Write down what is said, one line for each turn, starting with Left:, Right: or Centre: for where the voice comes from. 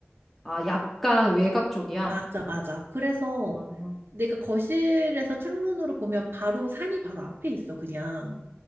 Centre: 아, 약간 외곽 쪽이야.
Right: 맞아, 맞아. 그래서
Centre: 아.
Right: 내가 거실에서 창문으로 보면 바로 산이 바로 앞에 있어, 그냥.